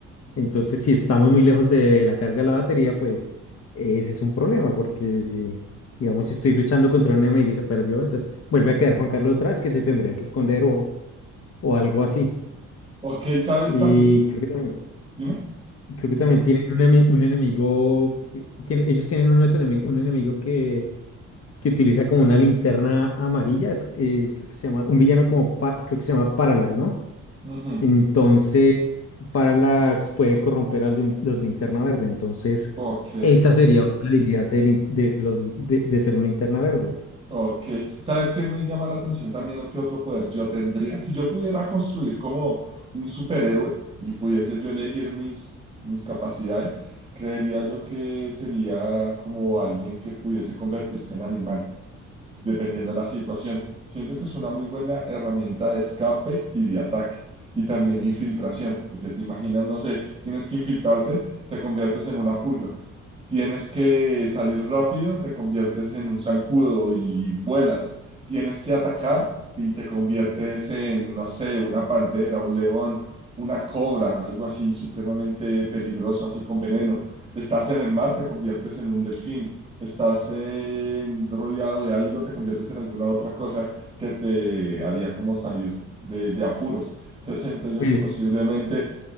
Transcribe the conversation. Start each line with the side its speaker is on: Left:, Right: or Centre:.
Left: Entonces, si estamos muy lejos de la carga de la batería, pues ese es un problema, porque digamos, si estoy luchando contra un enemigo y se perdió, entonces vuelve a quedar Juan Carlos atrás, que se tendría que esconder o, o algo así.
Right: Ok, ¿sabes
Left: Y
Right: también?
Left: creo que también,
Right: Dime.
Left: creo que también tienen un, eme- un enemigo, que, tiene- ellos tienen unos enemi- un enemigo que que utiliza como una linterna amarilla, es, eh, creo que se llama, un villano como, pa- creo que se llama Parallax, ¿no?
Right: Ujú.
Left: Entonces, Parallax puede corromper a lin- los linterna verde, entonces
Right: Ok,
Left: esa sería otra habilidad de, lin- de los, de, de ser un linterna verde.
Right: ok. ¿Sabes qué me llama la atención también qué otro poder yo tendría? Si yo pudiera construir como un superhéroe y pudiese yo elegir mis, mis capacidades, creería yo que sería como alguien que pudiese convertirse en animal. dependiendo de la situación. Siento que es una muy buena herramienta de escape y de ataque. Y también de infiltración, porque te imaginas, no sé, tienes que infiltrarte, te conviertes en una pulga. Tienes que salir rápido, te conviertes en un zancudo y, y vuelas. Tienes que atacar y te conviertes en, no sé, una pantera, un león, una cobra, algo así supremamente peligroso, así con veneno. Estás en el mar, te conviertes en un delfín. Estás en- rodeado de algo, te conviertes en alguna otra cosa que te haría como salir de, de apuros. Entonces siento yo
Left: Pues,
Right: que posiblemente